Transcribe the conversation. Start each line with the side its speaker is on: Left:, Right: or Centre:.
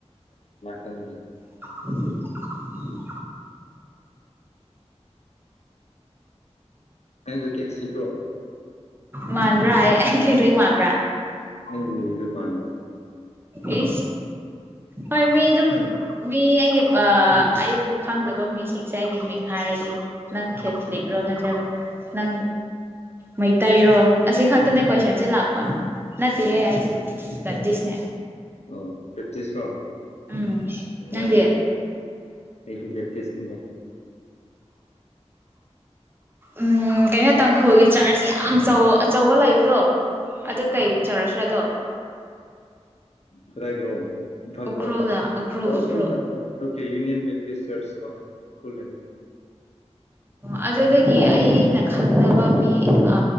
Left: ꯎꯝ
Right: <unintelligible>
Left: ꯀꯁꯨ ꯀꯦꯠ ꯊꯀ꯭ꯔꯣ
Right: ꯃꯥꯟꯕꯕ꯭ꯔꯑꯌꯦ ꯈꯦꯇꯔꯤ ꯃꯥꯟꯕꯕ꯭ꯔ
Left: ꯍꯗꯨ ꯃꯥꯥꯟꯕꯥꯟꯕ
Right: ꯑꯦ ꯍꯣꯏ ꯃꯤ ꯑꯗꯨꯝ ꯃꯤ ꯑꯩꯒꯤ ꯑꯩꯕꯨ ꯈꯪꯗꯕ ꯃꯤꯁꯤꯡꯁꯦ ꯑꯩꯒꯤ ꯃꯤꯡ ꯍꯥꯏꯔꯗꯤ ꯅꯪ ꯈꯦꯁꯂꯤꯛꯔꯣ ꯅꯠꯇ꯭ꯔꯒ ꯅꯪ ꯃꯩꯇꯩꯔꯣ ꯑꯁꯤ ꯈꯛꯇꯅꯦ ꯀꯣꯏꯁꯟꯁꯦ ꯂꯥꯛꯄ ꯅꯠꯇꯦꯍꯦ
Left: ꯑꯣ
Right: ꯑꯩꯁꯦ ꯄ꯭ꯔꯦꯛꯇꯤꯁꯅꯦ
Left: ꯑꯣ ꯭ꯔꯦꯞꯇꯤꯁ꯭ꯔꯣ
Right: ꯎꯝ
Left: ꯎ
Right: ꯅꯪꯗꯤ
Left: ꯑꯩꯁꯨ ꯭ꯔꯦꯞꯇꯤꯁ ꯗ
Right: ꯎꯝ ꯀꯩꯅ ꯇꯪꯛ ꯍꯣꯦ ꯆꯥꯔꯖ ꯌꯥꯝ ꯑꯆꯧꯕ ꯂꯩꯕꯗꯣ ꯑꯗꯨ ꯀꯩ ꯆꯥꯔꯖꯗꯣ
Left: ꯀꯗꯥꯏꯗ꯭ꯔꯣ ꯏꯝꯐꯥꯜꯗ꯭ꯔꯣ
Right: ꯎꯈ꯭ꯔꯨꯜꯗ ꯎꯈ꯭ꯔꯨꯜ
Left: ꯑꯣ
Right: ꯎꯈ꯭ꯔꯨꯜ
Left: ꯑꯣꯀꯦ ꯌꯨꯅꯤꯌꯟ ꯦꯞꯇꯤꯁ ꯆꯔꯆ ꯀ ꯈꯅꯤ
Right: ꯑꯣ ꯑꯗꯨꯗꯒꯤ ꯑꯩꯅ ꯈꯪꯕ ꯃꯤ ꯑ